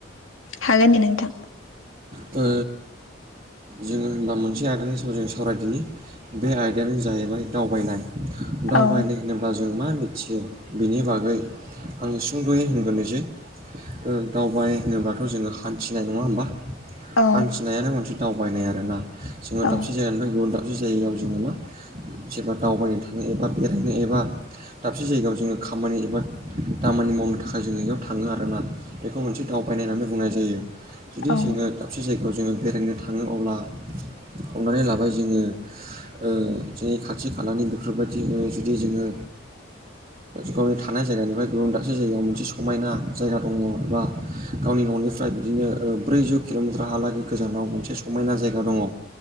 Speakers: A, on the left (about 80°); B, on the right (about 30°).
A: हागोन दे नोंथां।
B: ओ जोङो होनबा मोनसे आयदानि सायाव जों सावरायदिनि। बे आयदायानो जाहैबाय दावबायनाय। दावबायनाय
A: औ
B: होनो ब्ला जों मा मिथियो बिनि बागै आङो सुंद'यै होनगोरनोसै। ओ दावबाय होनोब्लाथ' जोङो हान्थिनाय नङा होमबा
A: औ
B: हान्थिनायानो मोनसे दावबायनाय आरो ना। जोङो
A: औ
B: दाबसे जायगानिफ्राय गुबुन दाब से जायगायाव जोङो मा जेबा दावबायनो थाङो एबा बेरायनो एबा दाबसे जायगायाव जोङो खामानि एबा दामानि मावनो थाखाय जोङो इयाव थाङो आरो ना। बेखौ मोनसे दावबायनाय होननानै बुंनाय जायो। जुदि
A: औ
B: जोङो दाबसे जायगायाव जोङो बेरायनो थाङो अब्ला हमनानै लाबाय जोङो ओ जोंनि खाथि खालानि बेफोरबायदि ओ जुदि जोङो गावनि थानाय जायगानिफ्राय गुबुन दाबसे जायगायाव मोनसे समायना जायगा दङ' एबा गावनि न'निफ्राय बिदिनो ओ ब्रैजौ किल'मिटारहालागै गोजानाव मोनसे समायना जायगा दङ'।